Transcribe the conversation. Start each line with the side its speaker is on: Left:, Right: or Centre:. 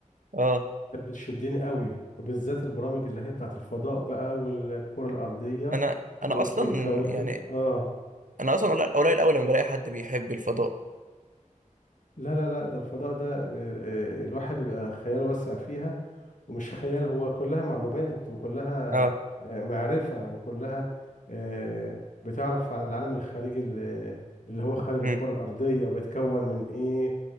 Right: اه
Left: كانت بتشدني قوي وبالذات البرامج اللي هي بتاعت الفضاء بقى والكرة الأرضية
Right: انا انا
Left: و-
Right: اصلا
Left: والكواكب
Right: يعني
Left: اه
Right: انا اصلا قليل قليل اول لما بلاقي حد بيحب الفضاء
Left: لا لا لا ده الفضاء ده آه، آه، الواحد بيبقى خياله واسع فيها ومش خيال هو كلها معلومات وكلها
Right: اه
Left: آه، معرفة وكلها آه، بتعرف عن العالم الخارجي اللي اللي هو خارج
Right: مم.
Left: الكرة الأرضية بيتكون من إيه